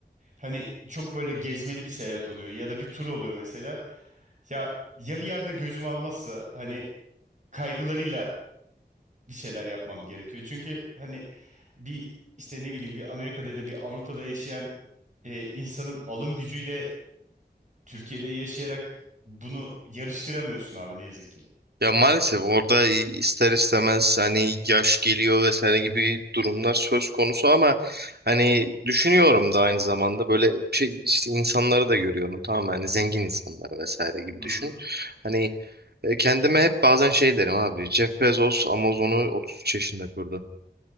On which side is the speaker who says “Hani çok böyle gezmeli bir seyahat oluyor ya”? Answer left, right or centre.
Right